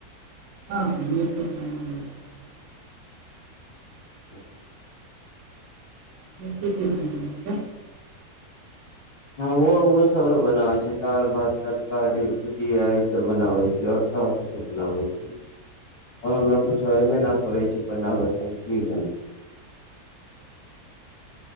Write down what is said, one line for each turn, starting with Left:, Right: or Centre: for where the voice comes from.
Right: हँ मिट उट बना लैबै छी
Left: <inaudible>
Right: अपने की क लने छै
Left: हँमु ओ उहु सब बनाबै छै दालि भात तरकारी भुजिया ई सब बनाबै छै आओर सब किछु बनाबै छी ओर हमरा कुछो अऐबे नहि करै छै बनाब तऽ हम की बनाब <inaudible>